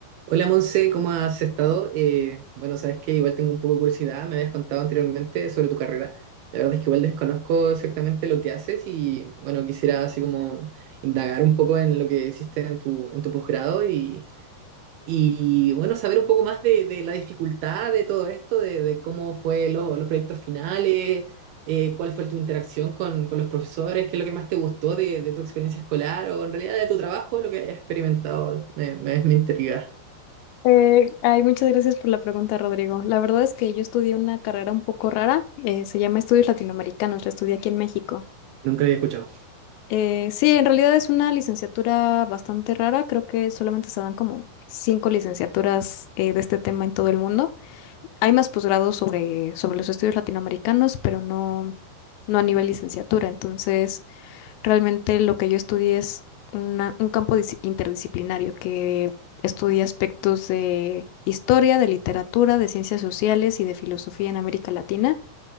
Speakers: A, on the right; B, on the left.
A: Hola Monse, ¿cómo has estado? Eh, bueno, sabes que igual tengo un poco de curiosidad, me habías contado anteriormente sobre tu carrera. La verdad es que igual desconozco exactamente lo que haces y bueno, quisiera así como indagar un poco en lo que hiciste en tu, en tu posgrado y, y, bueno, saber un poco más de, de la dificultad de todo esto, de, de cómo fue lo- los proyectos finales, eh, cuál fue tu interacción con, con los profesores, qué es lo que más te gustó de, de tu experiencia escolar o en realidad de tu trabajo, lo que hayas experimentado, me, me, me intriga.
B: Eh, ay, muchas gracias por la pregunta, Rodrigo. La verdad es que yo estudié una carrera un poco rara, eh, se llama Estudios Latinoamericanos, la estudié aquí en México.
A: Nunca lo había escuchado.
B: Eh, sí, en realidad es una licenciatura bastante rara, creo que solamente se dan como cinco licenciaturas eh, de este tema en todo el mundo. Hay más posgrados sobre, sobre los estudios latinoamericanos, pero no, no a nivel licenciatura, entonces... Realmente lo que yo estudié es una- un campo dis- interdisciplinario que estudia aspectos de historia, de literatura, de ciencias sociales y de filosofía en América Latina.